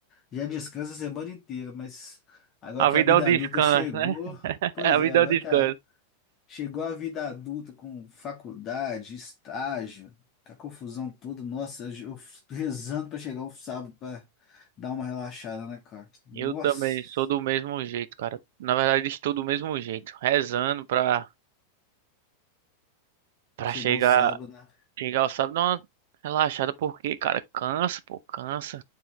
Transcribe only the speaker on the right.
A
vida
é um descanso,
né? <laughs>
A vida
é um descanso.
Eu também sou do mesmo jeito, cara. Na verdade, estou do mesmo jeito, rezando pra, pra
chegar,
chegar ao sábado, dar uma relaxada, porque, cara, cansa, pô, cansa.